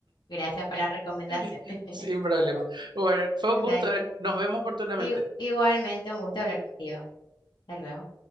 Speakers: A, on the left (about 90°); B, on the right (about 75°).
A: Gracias por la recomendación.
B: <laughs>
A: <laughs>
B: Sin problema. Bueno, fue
A: Dale.
B: un gusto. ¿eh? Nos vemos oportunamente.
A: I- igualmente, un gusto hablar contigo. Hasta luego.